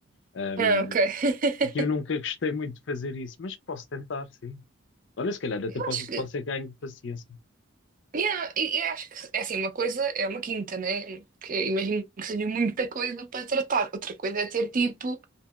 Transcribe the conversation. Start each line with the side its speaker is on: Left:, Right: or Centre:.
Left: Ahm,
Right: Ah, ok. <laughs>
Left: e eu nunca gostei muito de fazer isso, mas posso tentar, sim. Olha, se calhar até
Right: Eu
Left: posso,
Right: acho que.
Left: pode ser ganho de paciência.
Right: Yeah, e- eu acho que é assim, uma coisa é uma quinta, né? Que eu imagino que seja muita coisa para tratar. Outra coisa é ter tipo